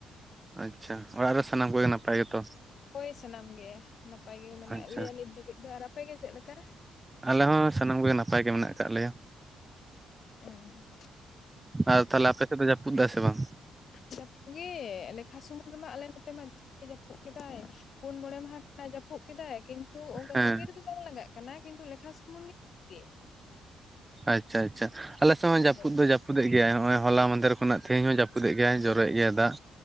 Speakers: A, on the right; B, on the left.
A: ᱟᱪᱪᱷᱟ ᱚᱲᱟᱜ ᱨᱮ ᱥᱟᱱᱟᱢ ᱠᱚᱜᱮ ᱱᱟᱯᱟᱭ ᱜᱮᱛᱚ?
B: ᱦᱳᱭ ᱥᱟᱱᱟᱢ ᱜᱮ ᱱᱟᱯᱟᱭ ᱜᱮ ᱢᱮᱱᱟᱜ
A: ᱟᱪᱪᱷᱟ
B: ᱞᱮᱭᱟ ᱱᱤᱛ ᱫᱷᱟᱹᱵᱤᱡ ᱫᱚ ᱟᱨ ᱟᱯᱮ ᱜᱮ ᱪᱮᱫ ᱞᱮᱠᱟ?
A: ᱟᱞᱮ ᱦᱚᱸ ᱥᱟᱱᱟᱢ ᱠᱚᱜᱮ ᱱᱟᱯᱟᱭ ᱜᱮ ᱢᱮᱱᱟᱜ ᱟᱠᱟᱫ ᱞᱮᱭᱟ
B: ᱮᱸ
A: ᱟᱨ ᱛᱟᱦᱚᱞᱮ ᱟᱯᱮ ᱥᱮᱫ ᱫᱚ ᱡᱟᱹᱯᱩᱫ ᱫᱟᱭ ᱥᱮ ᱵᱟᱝ?
B: ᱡᱟᱹᱯᱩᱫ ᱜᱮ ᱞᱮᱠᱷᱟ ᱥᱩᱢᱩᱝ ᱨᱮᱢᱟ ᱟᱞᱮ ᱱᱚᱛᱮ ᱢᱟ ᱡᱟᱹᱯᱩᱫ ᱠᱮᱫᱟᱭ ᱯᱩᱱ ᱢᱚᱬᱮ ᱢᱟᱦᱟ ᱠᱷᱚᱱᱟᱜ ᱡᱟᱹᱯᱩᱫ ᱠᱮᱫᱟᱭ ᱠᱤᱱᱛᱩ ᱚᱱᱠᱟ
A: ᱦᱮᱸ
B: ᱠᱟᱹᱢᱤ ᱨᱮᱫᱚ ᱵᱟᱝ ᱞᱟᱜᱟᱜ ᱠᱟᱱᱟ ᱠᱤᱱᱛᱩ ᱞᱮᱠᱷᱟ ᱥᱩᱢᱩᱝ ᱜᱮ ᱦᱮ
A: ᱟᱪᱷᱟ ᱟᱪᱷᱟ ᱟᱞᱮ ᱥᱮᱫ ᱢᱟ
B: ᱦᱳᱭ
A: ᱡᱟᱹᱯᱩᱫ
B: ᱦᱳᱭ
A: ᱫᱚ ᱡᱟᱹᱯᱩᱫ ᱜᱮᱭᱟᱭ ᱱᱚᱜᱼᱚᱭ ᱦᱚᱞᱟ ᱢᱟᱦᱫᱮᱨ ᱠᱷᱚᱱᱟᱜ ᱛᱮᱦᱤᱧ ᱦᱚᱸ ᱡᱟᱹᱯᱩᱫ ᱨᱟᱹᱯᱩᱫᱮ ᱜᱮᱭᱟᱭ ᱡᱚᱨᱚᱭᱮᱫ ᱜᱮᱭᱟᱭ ᱫᱟᱜ